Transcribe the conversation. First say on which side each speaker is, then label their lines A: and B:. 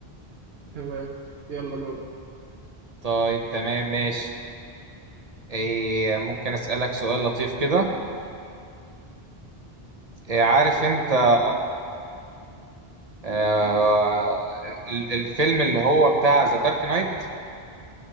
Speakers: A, on the right; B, on the right.
A: تمام يلا دورك
B: طيب تمام ماشي إيه ممكن اسألك سؤال لطيف كده إيه، عارف انت
A: يلا بينا
B: آه، ال- الفيلم اللي هو بتاع ذا دارك نايت